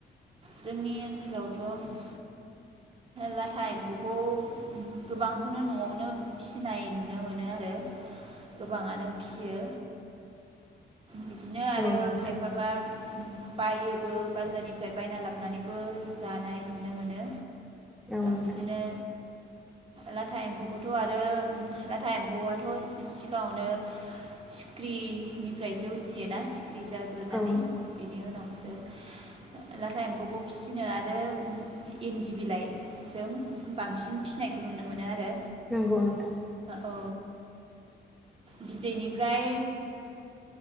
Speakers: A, on the right; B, in the centre.
A: जोंनि ओनसोलावथ' लाथा एम्फौखौ गोबांखौनो न'आवनो फिसिनाय नुनो मोनो आरो गोबाङानो फियो बिदिनो आरो
B: औ नोंथां
A: खायफबा बायो बो बाजारनिफ्राय बायना लाबोनानैबो जानाय नुनो मोनो
B: औ नोंथां
A: बिदिनो लाथा एम्फौखौथ' आरो लाथा एम्फौआथ' सिगाङावनो सिख्रिनिफ्रायसो उजियोना सिख्रि जाग्रोनानै
B: औ
A: बिनि उनावसो लाथा एम्फौखौ फिसिनो आरो इन्दि बिलाइजों बांसिन फिनायखौ नुनो मोनो आरो
B: नंगौ नोंथां
A: औ बिदैनिफ्राय